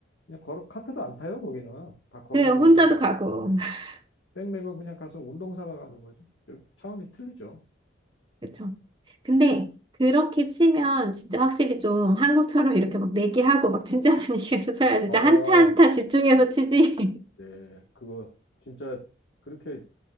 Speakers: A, on the left; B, on the right.
A: 그냥 걸어 카트도 안 타요 거기는 다 걸어
B: 그
A: 다니고
B: 혼자도
A: 그냥
B: 가고
A: 예.
B: <laughs>
A: 백메고 그냥 가서 운동 삼아 가는 거지 저 차원이 틀리죠.
B: 그렇죠. 근데
A: 예.
B: 그렇게 치면 진짜 확실히 좀 한국처럼 이렇게 막 내기하고 막 진짜 분위기에서 쳐야 진짜
A: 아,
B: 한타 한타 집중해서 치지.
A: 네. 그거 진짜 그렇게